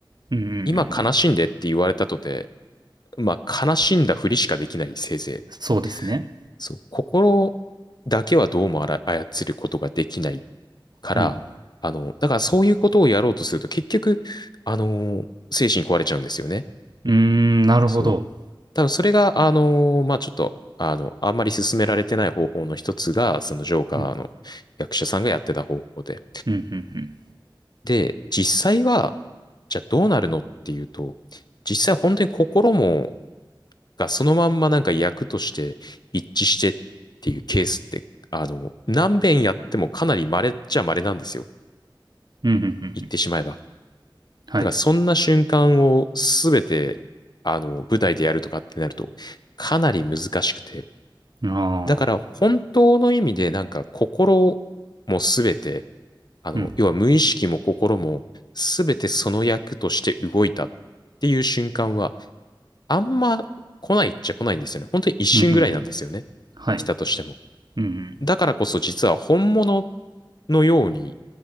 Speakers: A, on the right; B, on the left.
A: うんうんうん。
B: 今悲しんでって言われたとて、まあ悲しんだふりしかできないせいぜい。
A: そうですね。
B: そう、心だけはどうもあら操ることができないから、
A: うん。
B: あの、だからそういうことをやろうとすると結局、あの、精神壊れちゃうんですよね。
A: うーん、なるほど。
B: そう。多分それが、あの、まあちょっと、あの、あんまり進められてない方法の一つが、そのジョーカーの役者さんがやってた方法で。
A: うん。うんうんうん。
B: で、実際は、じゃあどうなるのっていうと、実際本当に心も、がそのまんまなんか役として一致してっていうケースって、あの、何遍やってもかなり稀っちゃ稀なんですよ。
A: うんうんうん。
B: 言ってしまえば。
A: はい。
B: だからそんな瞬間をすべて、あの、舞台でやるとかってなると、かなり難しくて。
A: ああ。
B: だから本当の意味でなんか心もすべて、あの、
A: うん。
B: 要は無意識も心もすべてその役として動いたっていう瞬間は、あんま来ないっちゃ来ないんですよね。本当に一瞬ぐらいなんですよね。
A: うんうんうん。はい。
B: 来たとしても。
A: うんうん。
B: だからこそ実は本物のように、